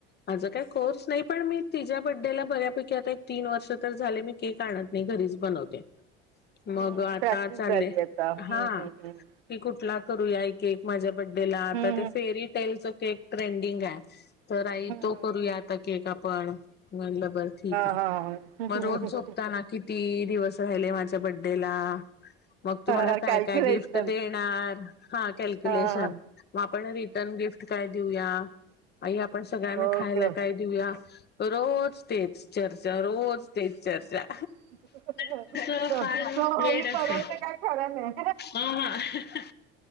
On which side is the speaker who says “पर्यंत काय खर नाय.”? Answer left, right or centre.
Right